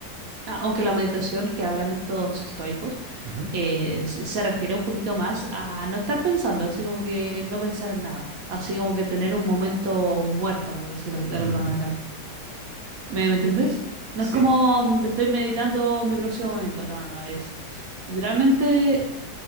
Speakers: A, on the right; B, on the right.
A: Ah, aunque la meditación que hablan estos estoicos
B: Ujú,
A: eh, se se refiere un poquito más a no estar pensando, así como que no pensar en nada, así como que tener un momento muerto, por decirlo de alguna
B: ujú.
A: manera. ¿Me, me entiendes? No
B: Sí.
A: es como mm, estoy meditando mi próximo momento, no, no, no, es literalmente